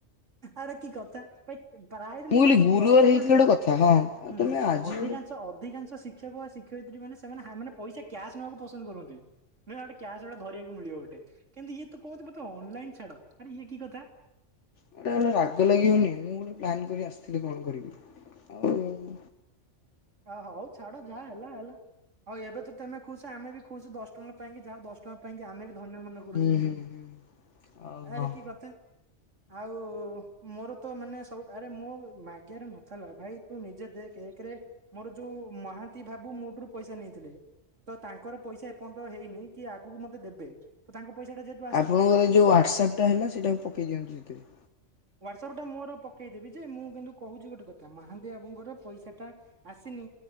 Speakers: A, on the right; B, on the left.
A: ଆରେ କି କଥା ଭାଇ ପ୍ରାୟେ ମୁଁ
B: କହିଲି
A: ଦେଖିଛି
B: ଗୁରୁବାର
A: ଅଧିକାଂଶ
B: ହେଇଥିଲେ ଗୋଟେ କଥା ହଁ ଆଉ
A: ହୁଁ
B: ତମେ
A: ହୁଁ
B: ଆଜି
A: ଅଧିକାଂ
B: ଗୋଟେ
A: ଅଧିକାଂଶ ଶିକ୍ଷକ ବା ଶିକ୍ଷୟିତ୍ରୀ ମାନେ ସେମାନେ ହା ମାନେ ପଇସା କ୍ୟାସ୍ ନବାକୁ ପସନ୍ଦ କରନ୍ତି। ନି ଆଉଡେ କ୍ୟାସ୍ ଗୋଟେ ଧରିବାକୁ ମିଳିବ ଗୋଟେ କିନ୍ତୁ ଇଏ ତ କହନ୍ତି ମୋତେ ଅନଲାଇନ ଛାଡ। ଆରେ ଇଏ କି କଥା?
B: ଗୋଟା ଗୋଟେ ରାଗ ଲାଗିବନି ମୁଁ ଗୋଟେ ପ୍ଲାନ୍ କରି ଆସିଥିଲି କଣ କରିବି? ଆଉ ମୁଁ?
A: ଅ, ହଉ ଛାଡ ଯାହା ହେଲା ହେଲା ହଉ ଏବେ ତତେ ତମେ ଖୁସ ଆମେ ବି ଖୁସ ଦଶ ଟଙ୍କା ପାଇଁ କି ଯାହା ହଉ ଦଶ ଟଙ୍କା ପାଇଁକ ଆମେ ଧନ୍ୟ ମନେ କରୁଛୁ
B: ହୁଁ ହୁଁ ହୁଁ। ଆଉ ହଁ
A: ଆରେ କି କଥା? ଆଉ ମୋର ତ ମାନେ ସବୁ ଆରେ ମୋ ମାଗିଆରେ ନଥିଲା ଭାଇ ତୁ ନିଜେ ଦେଖେ ଏକେରେ ମୋର ଯୋଉ ମହାନ୍ତି ଭାବୁ ମୋଠୁ ପଇସା ନେଇଥିଲେ। ତ ତାଙ୍କର ପଇସା ଏପର୍ଯ୍ୟନ୍ତ ହେଇନି କି ଆଗକୁ ମତେ ଦେବେ ତ ତାଙ୍କ ପଇସା ଟା ଯେତେ
B: ଆପଣଙ୍କର ଯେଉଁ ହ୍ୱାଟ୍ସପଟା ହେଲା ସେଇଟା ପକାଇ ଦିଅନ୍ତୁ ସେଥିରେ।
A: ହ୍ୱାଟସଆପ୍ ଟା ମୋର ପକେଇଦେବି ଯେ ମୁଁ କିନ୍ତୁ କହୁଛି ଗୋଟେ କଥା ମହାନ୍ତି ବାବୁଙ୍କର ପଇସା ଟା ଆସିନି